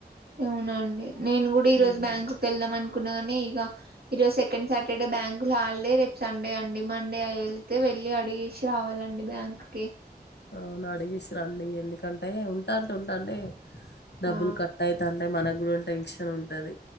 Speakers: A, on the right; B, on the left.
A: అవునండి నేను కూడా ఈరోోజు
B: హ్మ్.
A: బ్యాంకు వెళ్ళాం అను నుకున్నా గాని ఇక ఈరోోజు సెకండ్ సాటర్డే బ్యాంకులు హాలిడే రేపు సండే అండి మండే వెళ్తే వెళ్ళి అడిగేసి రావాలండి బ్యాంక్ కి
B: అవును అడిగిసి రండి ఎందుకంటే ఉంటంటే ఉంటాంటె డబ్బులు
A: ఆ
B: కట్ అయిటాంటె మన ఇప్పుడు టెన్షన్ ఉంటది